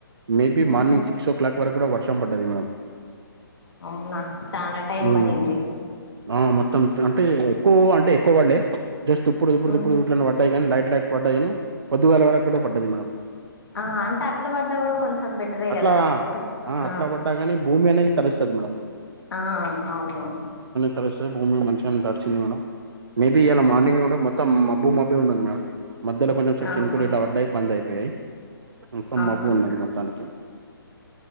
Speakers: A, on the right; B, on the left.
A: మేబి
B: ఉమ్,
A: మార్నింగ్ సిక్ సుక్ల వరక్ కూడా వర్షం పడ్డాది మేడం
B: అవునా చాలా టైం
A: హ్మ్.
B: పడింది
A: ఆ మొత్తం అంటే ఎక్కువ అంటే ఎక్కువ పడ్లే జస్ట్ ఇప్పుడు ఇప్పుడు
B: ఉమ్,
A: ఇప్పుడు ఇట్ల పడ్డాయి కానీ లైట్ లైట్ పడ్డాయి కాని పొద్దుగాల వరకు కూడా పడ్డది మేడం
B: ఆ అంటే అట్ల పడ్డా కూడా కొంచెం బెటరే
A: అట్లా
B: కదా ఒక చిన్న
A: ఆ అట్లా పడ్డా కానీ భూమి అనేది తడుస్తది మేడం
B: ఆ అవును
A: తడిస్తే భూమి మంచి తడిచింది మేడం మేబి ఇయలా మార్నింగ్ నుండే మొత్తం మాబ్బు మబ్బు ఉన్నది మేడం మధ్యలో కొంచెంసేపు
B: అవునా
A: చినుకులు ఇట్లా పడ్డాయ్ బంద్ అయిపోయాయ్ మొత్తం
B: ఆహా
A: మబ్బు ఉన్నది మొత్తానికి